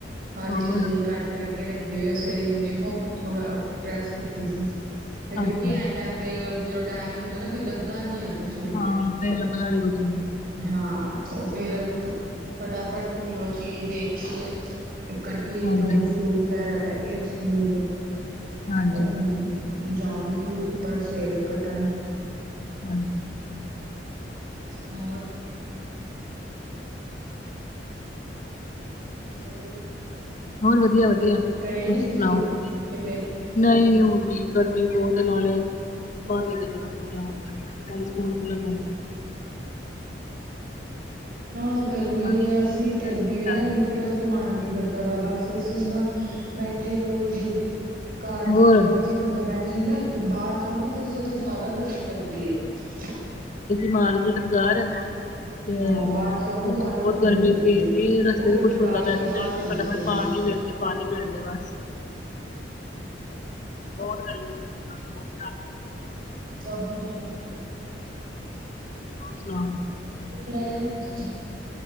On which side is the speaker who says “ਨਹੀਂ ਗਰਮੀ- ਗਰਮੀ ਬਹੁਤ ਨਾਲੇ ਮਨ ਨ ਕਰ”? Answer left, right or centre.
Left